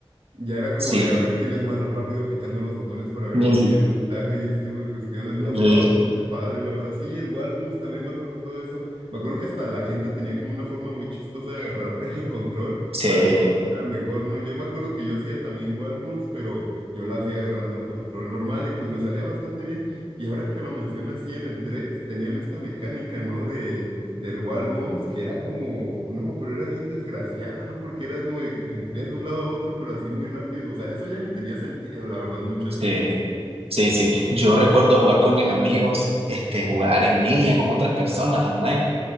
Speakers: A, on the right; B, on the right.
A: Ya era como
B: sí.
A: de a ver quién es más rápido picando los botones para ver
B: Mm,
A: quién tiene la ventaja y ese tipo de cuestiones, ¿no?
B: mm,
A: Estaba bastante padre, la verdad. Sí, el Walbums también me acuerdo de eso. Me acuerdo que hasta la gente tenía como una forma muy chistosa de agarrar <laughs> el control
B: Sí,
A: para que te saliera mejor, ¿no? Yo me acuerdo que yo hacía también Walbums, pero yo la hacía agarrando el control normal y pues me salía bastante bien. Y ahora que lo mencionas, sí, en el 3 tenían esta mecánica, ¿no? De del wall bounce que era como, no, pero era bien desgraciada, ¿no? Porque era como de que te movías de un lado a otro, pero así muy rápido. O sea, eso ya ni tenía sentido, la verdad, muchas
B: sí.
A: veces.
B: Sí, sí. Yo recuerdo jugar con mis amigos, este, jugar en línea con otras personas online